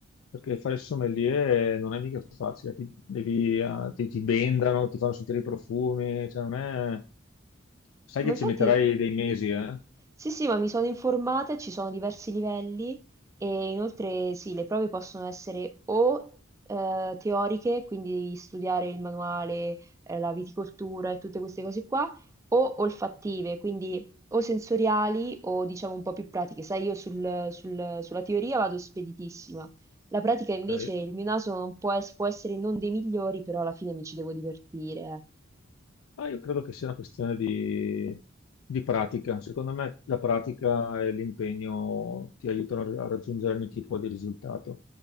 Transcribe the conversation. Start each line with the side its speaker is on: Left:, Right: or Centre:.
Left: perché fare il sommelier non è mica facile, ti, devi, eh, ti, ti bendano, ti fanno sentire i profumi, cioè non è... Sai
Right: Ma
Left: che
Right: infatti,
Left: ci metterai dei mesi, eh?
Right: Sì, sì, ma mi sono informata, ci sono diversi livelli e inoltre sì, le prove possono essere o eh, teoriche, quindi studiare il manuale, eh, la viticoltura e tutte queste cose qua, o olfattive, quindi o sensoriali o diciamo un po' più pratiche. Sai, io sul- sul- sulla teoria vado speditissima. La pratica invece,
Left: Ok.
Right: il mio naso non può, es- può essere non dei migliori, però alla fine mi ci devo divertire. eh.
Left: Ma io credo che sia una questione di, di pratica. Secondo me la pratica e l'impegno ti aiutano a raggiungere ogni tipo di risultato.